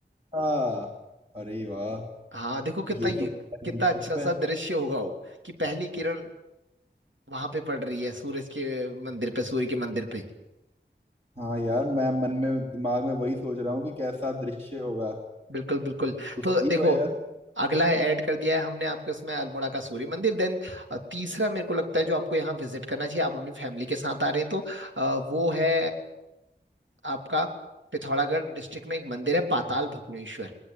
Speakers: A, on the right; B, on the right.
A: हाँ अरे वाह
B: हाँ देखो कितना
A: ये
B: यू-
A: तो
B: कितना
A: दिलचस्प
B: अच्छा सा
A: है
B: दृश्य होगा वो कि पहली किरण वहां पे पड़ रही है सूरज के मंदिर पे सूर्य के मंदिर पे
A: हाँ यार मैं मन में दिमाग में वही सोच रहा हूँ कि कैसा दृश्य होगा
B: बिल्कुल बिल्कुल
A: तो सही
B: तो देखो
A: हो यार
B: अगला है ऐड कर दिया है हमने आपके उसमें अल्मोड़ा का सूर्य मंदिर देन तीसरा मेरे को लगता है जो आपको यहाँ विजिट करना चाहिए आप अपनी फैमिली के साथ आ रहे हैं तो अ, वो है आपका पिथौरागढ़ डिस्ट्रिक्ट में एक मंदिर है पाताल भुवनेश्वर